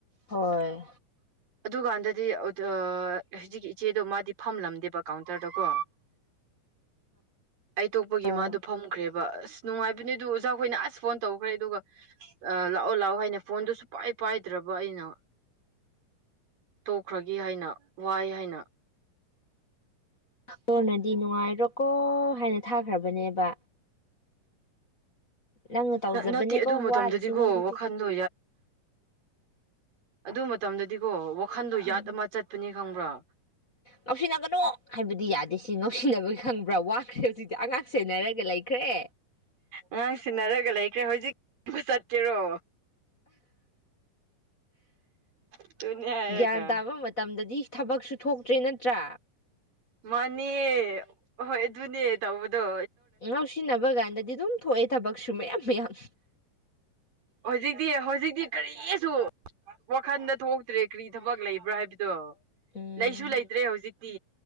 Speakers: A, on the left; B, on the right.
A: ꯍꯣꯏ
B: ꯑꯗꯨꯀꯥꯟꯗꯗꯤ ꯍꯧꯖꯤꯛꯀꯤ ꯏꯆꯦꯗꯣ ꯃꯥꯗꯤ ꯐꯝꯂꯝꯗꯦꯕ ꯀꯥꯎꯟꯇꯔꯗꯀꯣ ꯑꯩ ꯇꯣꯛꯄꯒꯤ
A: ꯍꯣꯏ
B: ꯃꯥꯗꯣ ꯐꯝꯈ꯭ꯔꯦꯕ ꯑꯁ ꯅꯨꯡꯉꯥꯏꯕꯅꯤ ꯑꯗꯨ ꯑꯣꯖꯥꯈꯣꯏꯅ ꯑꯁ ꯐꯣꯟ ꯇꯧꯈ꯭ꯔꯦ ꯑꯗꯨꯒ ꯂꯥꯛꯑꯣ ꯂꯥꯛꯑꯣ ꯍꯥꯏꯅ ꯐꯣꯟꯗꯨ ꯁꯨꯡꯄꯥꯏ ꯄꯥꯏꯗ꯭ꯔꯕ ꯑꯩꯅ ꯇꯣꯛꯈ꯭ꯔꯒꯦ ꯍꯥꯏꯅ ꯋꯥꯏ ꯍꯥꯏꯅ
A: ꯍꯣꯔꯅꯗꯤ ꯅꯨꯡꯉꯥꯏꯔꯣꯀꯣ ꯍꯥꯏꯅ ꯊꯥꯈ꯭ꯔꯕꯅꯦꯕ ꯅꯪꯅ ꯇꯧꯖꯕꯅꯦꯀꯣ
B: ꯅꯠꯇꯦ ꯑꯗꯨ ꯃꯇꯝꯗꯗꯤꯀꯣ
A: ꯋꯥꯔꯁꯨ ꯅꯪꯗꯤ
B: ꯋꯥꯈꯟꯗꯣ ꯑꯗꯨ ꯃꯇꯝꯗꯗꯤꯀꯣ ꯋꯥꯈꯟꯗꯣ ꯌꯥꯠ
A: ꯎꯝ
B: ꯑꯃ ꯆꯠꯄꯅꯤ ꯈꯪꯕ꯭ꯔꯥ
A: ꯉꯧꯁꯤꯟꯅꯒꯅꯣ ꯍꯥꯏꯕꯗꯤ ꯌꯥꯗꯦ ꯁꯤ ꯉꯧꯁꯤꯟꯅꯕꯒꯤ ꯈꯪꯕ꯭ꯔꯥ ꯋꯥꯈ꯭ꯔꯦ ꯍꯧꯖꯤꯛꯇꯤ ꯑꯉꯥꯡ ꯁꯦꯟꯅꯔꯒ ꯂꯩꯈ꯭ꯔꯦ
B: ꯑꯉꯥꯡ ꯁꯤꯟꯅꯔꯒ ꯂꯩꯈ꯭ꯔꯦ ꯍꯧꯖꯤꯛ ꯆꯠꯀꯦꯔꯣ ꯑꯗꯨꯅꯦ ꯍꯥꯏꯔꯒ
A: ꯒ꯭ꯌꯥꯟ ꯇꯥꯕ ꯃꯇꯝꯗꯗꯤ ꯊꯕꯛꯁꯨ ꯊꯣꯛꯇ꯭ꯔꯦ ꯅꯠꯇ꯭ꯔꯥ
B: ꯃꯥꯅꯤ ꯍꯣꯏ ꯑꯗꯨꯅꯦ ꯇꯧꯧꯕꯗꯣ
A: ꯉꯥꯎꯁꯤꯟꯅꯕ ꯀꯥꯟꯗꯗꯤ ꯑꯗꯨꯝ ꯊꯣꯛꯑꯦ ꯊꯕꯛꯁꯨ ꯃꯌꯥꯝ ꯃꯌꯥꯝ
B: ꯍꯧꯖꯤꯛꯛꯇꯗꯤ ꯍꯧꯖꯤꯛꯛꯇ ꯀꯔꯤꯁꯨ ꯋꯥꯈꯟꯗ ꯊꯣꯛꯇ꯭ꯔꯦ ꯀꯔꯤ ꯊꯕꯛ ꯂꯩꯕ꯭ꯔꯥ ꯍꯥꯏꯕꯗꯣ
A: ꯎꯝ
B: ꯂꯩꯁꯨ ꯂꯩꯇ꯭ꯔꯦ ꯍꯧꯖꯤꯛꯇꯤ